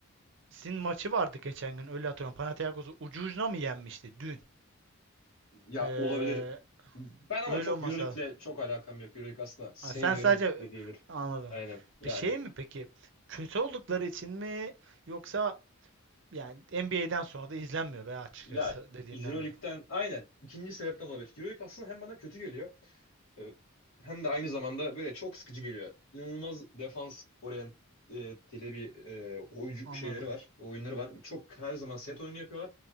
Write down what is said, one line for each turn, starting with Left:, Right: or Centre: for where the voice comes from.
Right: maçı vardı geçen gün. Öyle hatırlıyorum. Panathinaikos'u ucu ucuna mı yenmişti dün?
Left: ya
Right: Ee,
Left: olabilir. Ben ama
Right: öyle
Left: çok
Right: olması
Left: EuroLeague'le
Right: lazım.
Left: çok alakam yok. EuroLeague aslında sevmiyorum
Right: Ha, sen sadece
Left: de diyebilir.
Right: anladım.
Left: Aynen yani.
Right: Bir şey mi peki? Kötü oldukları için mi yoksa yani NBA'den sonra da izlenmiyor be açıkçası
Left: Ya
Right: dediğinden
Left: Euroleague'den
Right: mi?
Left: aynen ikinci sebepten olabilir. Euroleague aslında hem bana kötü geliyor e, Hem de aynı zamanda böyle çok sıkıcı geliyor. İnanılmaz defans oryanteli bir e, oyuncu
Right: Anladım.
Left: şeyleri var, oyunları var. Çok her zaman set oyunu yapıyorlar